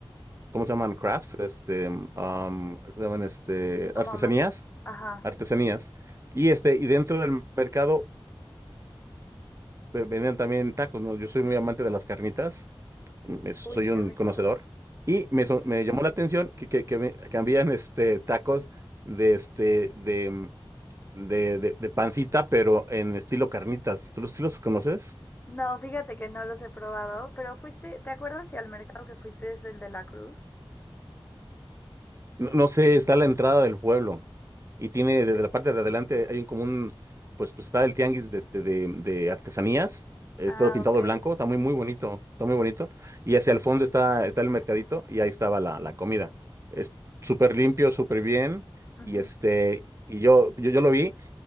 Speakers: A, on the right; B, on the left.
A: ¿cómo se llaman? Crafts, este, am, ¿cómo se llaman? Este,
B: como
A: artesanías,
B: ma- Ajá.
A: artesanías. Y este, y dentro del mercado ve- vendían también tacos, ¿no? Yo soy muy amante de las carnitas, mm, es- soy
B: Uy, qué
A: un
B: rico.
A: conocedor. Y me, so- me llamó la atención que, que, que, me- que habían, este, tacos de, este, de de, de- de pancita, pero en estilo carnitas. ¿Tú los, sí los conoces?
B: No, fíjate que no los he probado, pero fuiste, ¿te acuerdas si al mercado que fuiste es el de la Cruz?
A: No, no sé, está la entrada del pueblo y tiene desde la parte de adelante hay un común, pues, pues está el tianguis de, este, de, de artesanías, es
B: Ah,
A: todo pintado
B: ok.
A: de blanco, está muy, muy bonito, está muy bonito. Y hacia el fondo está, está el mercadito y ahí estaba la, la comida. Es súper limpio, súper bien
B: Ujú.
A: y este, y yo, yo, yo lo vi.